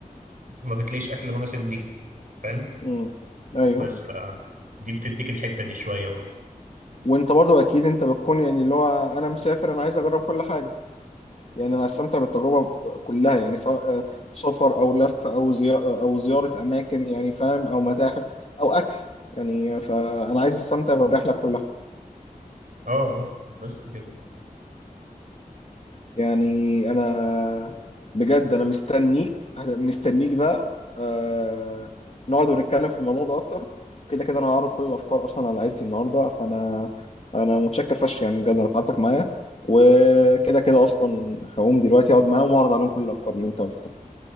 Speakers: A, on the right; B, on the left.
A: ما بتلاقيش اكل مناسب ليها فاهم
B: مم. أيوه
A: بس ف دي بتديك الحتة دي شوية
B: وأنت برضه أكيد أنت بتكون يعني اللي هو أنا مسافر أنا عايز أجرب كل حاجة يعني انا استمتع بالتجربه كلها يعني سواء آه، سفر او لف او زي او زياره اماكن يعني فاهم او متاحف او اكل يعني فانا عايز استمتع بالرحله كلها
A: اه اه بس كده
B: يعني انا بجد انا مستنيك مستنيك بقى آه، نقعد ونتكلم في الموضوع ده اكتر كده كده انا هعرض كل الافكار اصلا على عيلتي النهارده فانا انا متشكر فشخ يعني بجد انا تعبتك معايا وكده كده اصلا هقوم دلوقتي اقعد معاهم واعرض عليهم كل الافكار اللي انت قلتها